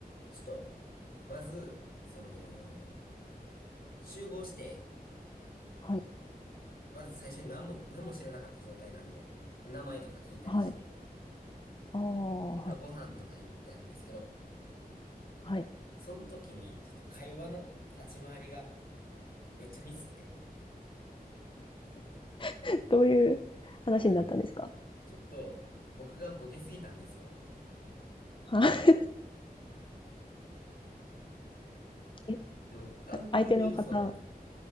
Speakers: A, on the left (about 70°); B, on the left (about 30°).
A: ちょっと、まず、その、集合して、
B: はい。
A: まず最初に何も、何も知らなかった状態なんで、名前とか聞いたりして、
B: はい。あー、
A: で、まあ、
B: はい。
A: ご飯とか行ったんですけど、
B: はい。
A: その時に、ちょっと会話の立ち回りがめっちゃミスって、
B: <laughs> どういう話になったんですか
A: あの、ちょっと、僕がボケすぎたんですよ。
B: はい。<laughs> え、
A: もう端的に言うとそうなんです。
B: 相手の方、